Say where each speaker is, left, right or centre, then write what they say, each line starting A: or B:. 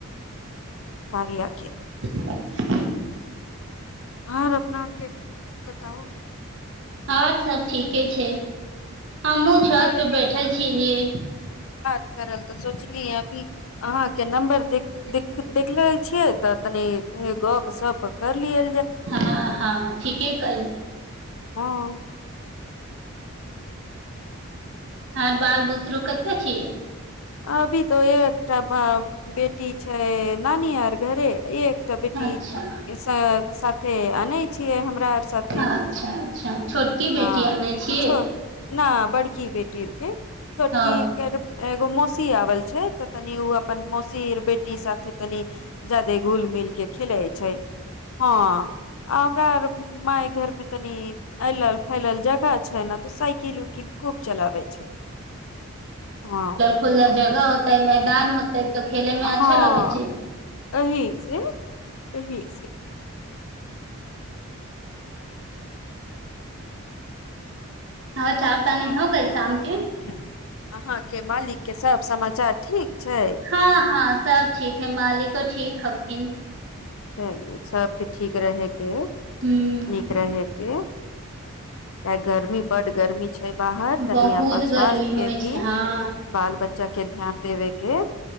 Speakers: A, on the left; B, on the right.
A: कार्या कें
B: <inaudible>
A: हर अपना आरके बताउ
B: हँ सब ठीके छै हमहहुँ छत
A: बड़
B: पे बैठल छीिय रै
A: करलऽ सोचलीियँ भअभी अहाँकें नंबर देख देख देखले छियै तऽ तनि गप सप करलिय
B: हँ हँ ठीके कहेय
A: हँ
B: आर बाल बुत्ररू कते छियै
A: अभी त एकटा बेटी छै नानी यार घर एक तऽ बेटी
B: अच्छा
A: साथे आनै छियै हमरा आर साथे
B: अच्छा अच्छा छोटकी बेटी
A: हँ
B: आनै छियै
A: छ ना बड़की बेटीरके छोटकी
B: ओ
A: कर मोशी आबल छै तऽ तनि ओ अपन मौसी बेटी साथ तनी जा घुल मिल के खेले छै हँ हमरा आर माय घर मे तनि अलल फैलल जगह छै ने तऽ साइकिल उकिल खूब चलाबै छै हँ
B: खुला जगह होता है मैदान तऽ खेले मे
A: हँ
B: अच्छा लगै छै
A: एहिही से एहिही से
B: हँ चाह पानी हो
A: अपन
B: गइल शाम के
A: अहाँके मालिक के सब समाचार ठीक छै
B: हँ हँ सब ठीक है मालिको ठीक हवथिन
A: चलू सबके ठीक रहै के
B: हूँ
A: नीक रहे के चाहे गर्मी बड गर्मी बाहर तनि
B: बहुत
A: अपन
B: गर्मी
A: स्वास्थ्य के
B: होइ
A: भी
B: छै हँ
A: बाल बच्चा के ध्यान देबे के